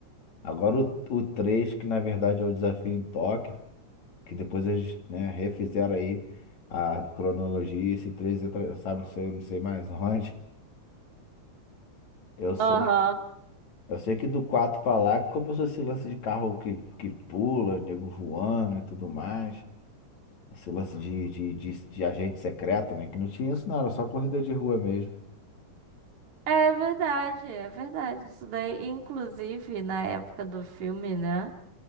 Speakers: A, on the left; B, on the right.
A: Agora o, o 3 que na verdade é o desafio em Tóquio. que depois eles, né, refizeram aí a cronologia, esse 3 entra, sabe, não sei, não sei mais <laughs> onde. Eu sei,
B: Aham.
A: eu sei que do 4 pra lá que começou esse lance de carro que, que pula, nego voando e tudo mais. Esse lance de, de, de, de agente secreto, né? Que não tinha isso, não, era só corrida de rua mesmo.
B: É verdade, é verdade. Isso daí, inclusive, na época do filme, né?